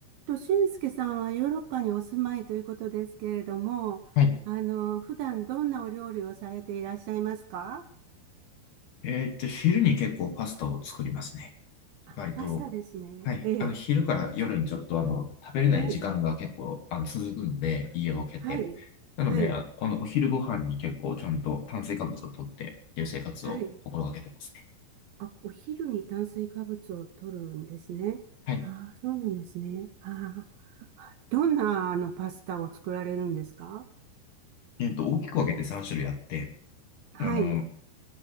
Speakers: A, on the right (about 75°); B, on the left (about 60°).
A: と、俊介さんはヨーロッパにお住まいということですけれども、
B: はい。
A: あの、普段どんなお料理をされていらっしゃいますか
B: えーっと、昼に結構パスタを作りますね。
A: あ、
B: 割と。
A: パスタですね。
B: はい。
A: ええ。
B: あの、昼から夜にちょっと、あの、食べれない時間が結構、
A: はい。
B: あの、続くので、家を空けて。
A: はい。
B: なので、
A: はい。
B: ああの、お昼ご飯に結構ちゃんと炭水化物を取ってっていう生活を心がけてますね。
A: はい。あ、お昼に炭水化物を摂るんですね。
B: はい。
A: ああ、そうなんですね。ああ。どんな、あの、パスタを作られるんですか
B: えーっと、大きく分けて3種類あって、
A: はい。
B: あの、